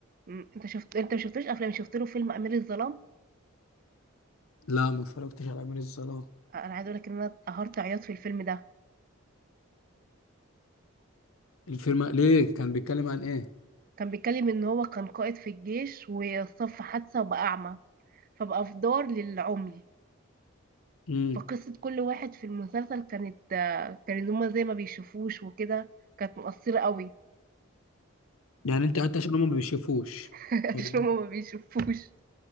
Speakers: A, on the right; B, on the left.
A: أمم. انت شفت انت ما شفتوش افلام شفت له فيلم امير الظلام
B: لا ما اتفرجتش على امير الظلام
A: آه، انا عايز اقول لك ان انا قهرت عياط في الفيلم ده
B: الفيلم ليه كان بيتكلم عن ايه
A: كان بيتكلم ان هو كان قائد في الجيش وصف حادثة وبقى اعمى فبقى في دار للعمي
B: امم
A: فقصة كل واحد في المسلسل كانت آه، كانت هما زي ما بيشوفوش وكده كانت مؤثرة قوي
B: يعني انت قعدت عشان هم ما بيشوفوش
A: <laughs>
B: هم
A: عشان هما ما بيشوفوش